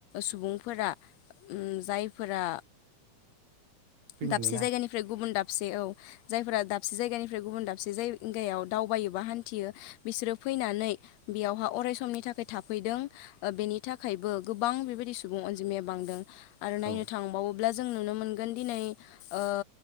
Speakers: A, on the left; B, on the right.
A: सुबुंफोरा।
B: <inaudible>
A: उम जायफोरा
B: फैनानै
A: दाबसे उम
B: ना
A: जायगानिफ्राय गुबुन दाबसे औ। जायफोरा दाबसे जायगानिफ्राय गुबुन दाबसे जायगायाव दावबायोबा हान्थियो बिसोरो फैनानै बेयावहा अराय समनि थाखाय थाफैदों ओ बेनि थाखायबो गोबां बेबायदि सुबुं अनजिमाया बांदों। आरो नायनो
B: औ औ
A: थांबावो। अब्ला जों नुनो मोनगोन दिनै ओ